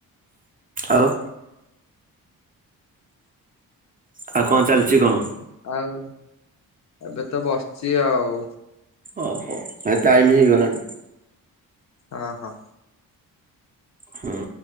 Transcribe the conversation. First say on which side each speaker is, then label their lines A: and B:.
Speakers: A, on the right; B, on the left.
A: ଆଉ। ଆଉ କଣ ଚାଲିଛି
B: ହୁଁ।
A: କଣ?
B: ଆଉ ଏବେ ତ ବସିଚି ଆଉ।
A: ଓହୋ ଭାଈ ଟାଇମ ହେଇଗଲାଣି।
B: ଅ ହଁ।
A: ହୁଁ।